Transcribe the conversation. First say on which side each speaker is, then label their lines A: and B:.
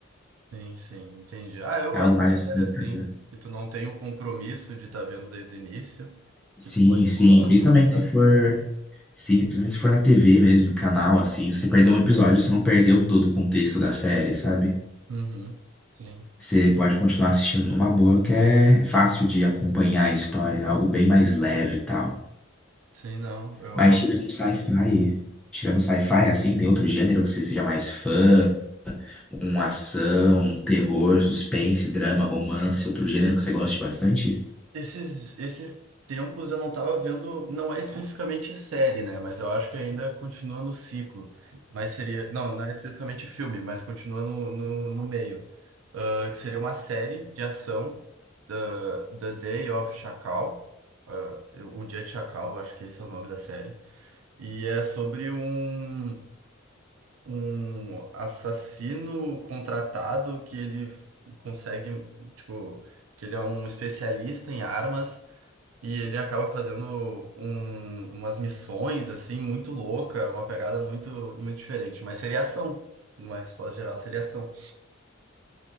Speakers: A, on the right; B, in the centre.
A: Sim, sim, entendi. Ah, eu
B: É
A: gosto
B: algo mais
A: de série
B: assim.
A: assim,
B: cara.
A: que tu não tem o compromisso de estar vendo desde o início,
B: Sim,
A: que tu pode
B: sim.
A: pular algumas
B: Principalmente
A: partes.
B: se for. Sim, principalmente se for na TV mesmo, em canal, assim. Se você perder um episódio, você não perdeu todo o contexto da série, sabe?
A: Uhum, sim.
B: Você pode continuar assistindo numa boa, que é fácil de acompanhar a história, é algo bem mais leve e tal.
A: Sim, não. Eu...
B: Mas tirando sci-fi, tirando sci-fi, assim, tem outro gênero que você seja mais fã? Uma ação, um terror, suspense, drama, romance, outro gênero que você goste bastante?
A: Esses, esses tempos eu não tava vendo, não é especificamente série, né? Mas eu acho que ainda continua no ciclo. Mas seria. Não, não é especificamente filme, mas continua no, no, no meio. Ah, que seria uma série de ação, The, The Day of Chacal. Ah, eu- o Dia de Chacal, eu acho que esse é o nome da série. E é sobre um, um assassino contratado que ele f- consegue, tipo, que ele é um especialista em armas e ele acaba fazendo um- umas missões, assim, muito louca, uma pegada muito, muito diferente. Mas seria ação. Uma resposta geral seria ação.